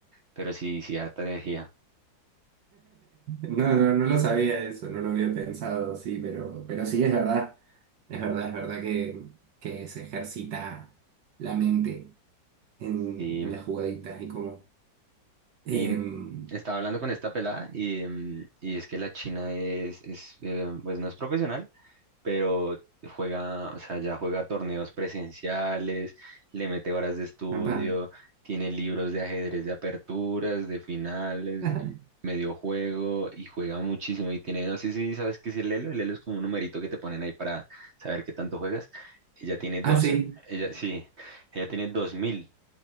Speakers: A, on the right; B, on the right.
A: pero sí, sí harta energía.
B: No, no, no lo sabía eso, no lo había pensado, sí, pero, pero sí es verdad. Es verdad, es verdad que, que se ejercita la mente en,
A: Sí,
B: en las jugaditas y como... em,
A: Y estaba hablando con esta pelada y, mm, y es que la China es, es eh, pues no es profesional, pero juega, o sea, ya juega torneos presenciales, le mete horas de estudio,
B: papá.
A: tiene libros de ajedrez de aperturas, de finales,
B: <laughs>
A: de medio juego y juega muchísimo y tiene, no sé si sabes qué es el Elo, el Elo es como un numerito que te ponen ahí para saber qué tanto juegas. Ella tiene dos,
B: Ah, sí,
A: ella sí, ella tiene dos mil,